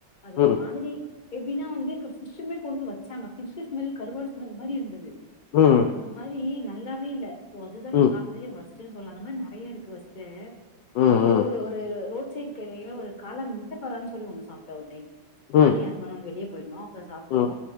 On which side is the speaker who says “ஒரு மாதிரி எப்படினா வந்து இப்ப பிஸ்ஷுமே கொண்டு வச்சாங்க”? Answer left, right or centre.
Left